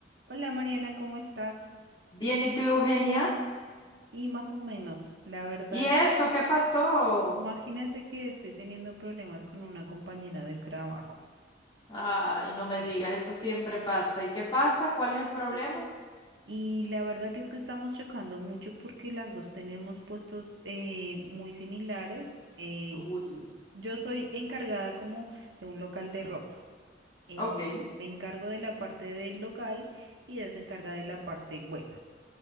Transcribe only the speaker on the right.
Hola Mariana, ¿cómo estás?
Y más o menos, la verdad,
imagínate que estoy teniendo problemas con una compañera del trabajo.
Y
y la verdad que es que estamos chocando mucho porque las dos tenemos puestos eh, muy similares. Eh,
yo soy encargada como de un local de ropa. Eh,
me encargo de la parte del local y ella se encarga de la parte web.